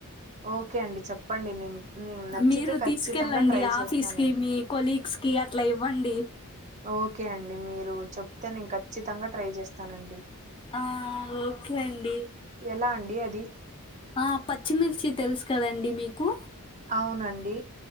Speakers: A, on the right; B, on the left.
A: ఓకే అండి చెప్పండి నేను నేను నచ్చితే
B: మీరు
A: ఖచ్చితంగా
B: తీసుకెళ్ళండి
A: ట్రై చేస్తానండి
B: ఆఫీస్ కి మీ కొలీగ్స్ కి అట్లా ఇవ్వండి
A: ఓకే అండి మీరు చెప్తే నేను ఖచ్చితంగ ట్రై చేస్తానండి
B: ఆ ఓకే అండి
A: ఎలా అండి అది
B: ఆ పచ్చిమిర్చి తెలుసు కదండి మీకు
A: అవునండి